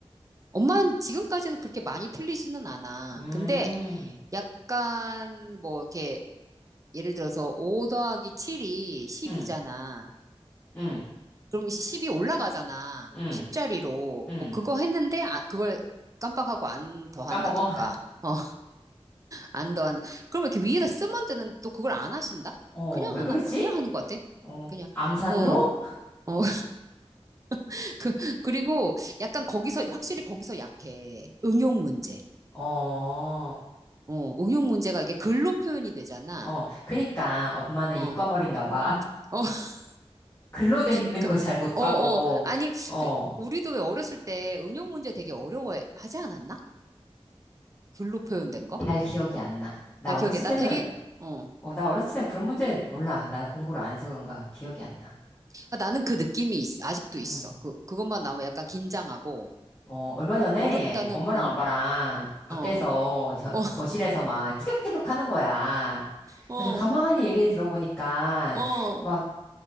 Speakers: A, on the right; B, on the left.
A: 엄마는 지금까지는 그렇게 많이 틀리지는 않아.
B: 음,
A: 근데 약간 뭐 이렇게 예를 들어서 5 더하기 7이 12잖아.
B: 음, 음,
A: 그럼 10이 올라가잖아.
B: 음.
A: 10자리로.
B: 응.
A: 뭐 그거 했는데 아, 그걸 깜빡하고 안 더한다던가.
B: 까먹어. <laughs>
A: 어. 안 더 안 더 그러면 이렇게 위에다 쓰면 되는, 또 그걸 안 하신다?
B: 어,
A: 그냥
B: 왜
A: 하나,
B: 그러지?
A: 그냥 하는 것 같아.
B: 어,
A: 그냥,
B: 암산으로?
A: 어, 어, <laughs> 그, 그리고 약간 거기서, 확실히 거기서 약해. 응용 문제.
B: 어,
A: 어, 응용 문제가 이게 글로 표현이 되잖아.
B: 어. 그니까 엄마는
A: 어,
B: 이과머리인가 봐. <laughs>
A: 어, <laughs>
B: 글로 돼 있는
A: 그니까,
B: 걸 잘 못하고,
A: 어, 어. 아니,
B: 어,
A: 그, 우리도 왜 어렸을 때 응용 문제 되게 어려워하지 않았나? 글로 표현된 거?
B: 잘 기억이 안 나. 나
A: 잘
B: 어렸을
A: 기억해. 나
B: 때는,
A: 되게, 어,
B: 어, 나 어렸을 때는 그런 문제 몰라. 난 공부를 안 해서 그런가 기억이 안 나.
A: 아, 나는 그 느낌이 있, 아직도 있어.
B: 음
A: 그, 그것만 나오면 약간 긴장하고,
B: 어, 얼마 전에
A: 어렵다는,
B: 엄마랑
A: 음,
B: 아빠랑 밖에서
A: 어.
B: 저-
A: 어,
B: 그 거실에서 막 티격태격 하는 거야.
A: 어,
B: 그래서 가만히 얘기 들어보니까,
A: 어,
B: 막